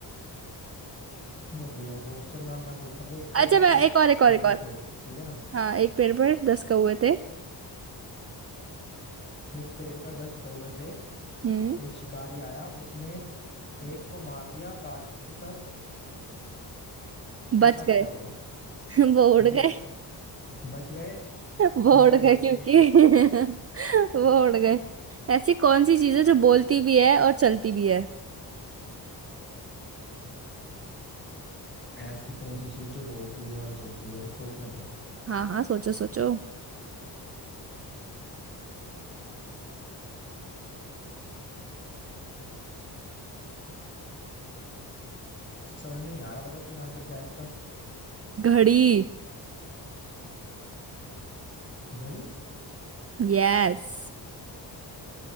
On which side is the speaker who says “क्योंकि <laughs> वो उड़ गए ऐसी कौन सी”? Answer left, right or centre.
Right